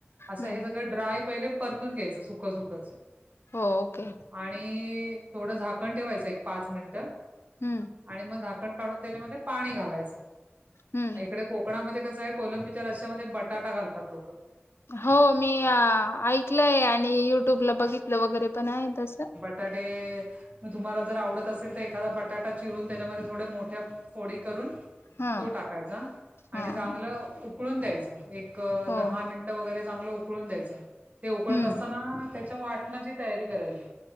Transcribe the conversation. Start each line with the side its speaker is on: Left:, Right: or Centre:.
Right: असं
Left: हम्म,
Right: हे सगळं ड्राय पाहिलं परतून घ्यायचं, सुक्क सुक्कच
Left: हो, ओके.
Right: आणि थोडं झाकण ठेवायचं एक पाच मिनिटं
Left: हम्म
Right: आणि मग झाकण काढून त्याच्यामध्ये पाणी घालायचं
Left: हम्म,
Right: इकडे को कणामध्ये कसं हाये... कोलंबीच्या रश्यामध्ये बटाटा घालतात लोकं
Left: हो... मी ऐकलंय आणि युट्यूबला बघितलं वगैरे पण आहे तसं
Right: <unintelligible> मग तुम्हाला जर आवडत असेल तर, एखादा बटाटा चिरून, त्याच्यामध्ये थोडे मोठ्या फोडी करून
Left: हा
Right: तो टाकायचा आणि
Left: हा
Right: चांगलं
Left: हा
Right: उकळून द्यायचं एक
Left: हो
Right: दहा मिन टं वगैरे चांगलं उकळून द्यायचं, ते उकळत
Left: हम्म
Right: असताना त्याच्या वाटणाची तयारी करायची